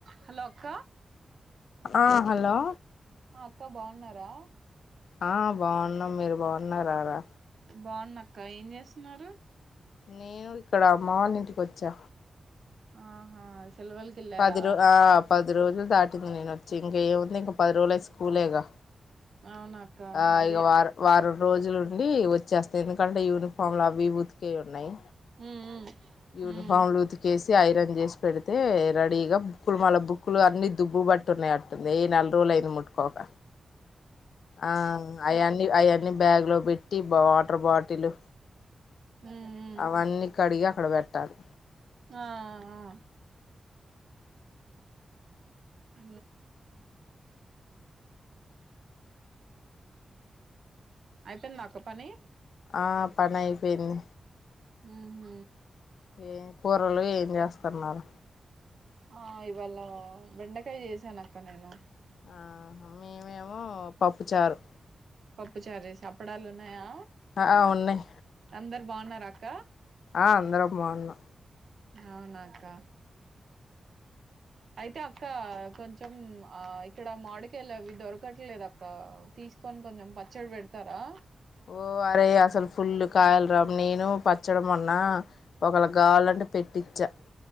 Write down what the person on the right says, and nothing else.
Hello అక్క
ఆ అక్క బాగున్నారా
బాగున్నా అక్క ఏం చేస్తున్నారు
ఆహా సెలవులకి వెళ్ళారా
అవునక్క
అదే
ఉమ్
ఉమ్
ఉమ్
ఆ ఆ అ అయిపోయింది మక్క పని
హ హ
ఆ ఇవళ బెండకాయ చేేస్త క నేను
పచారే స అప్పుడాలు ఉన్నాయా
అంద బగునార అక్క
అవునాక్క అయితే అక్క కొంచెం ఆ ఇక్కడ మాడికళవి దొరకట్లేదు అక్క తీసుకొని కొంచెం పచ్చడి పెడతారా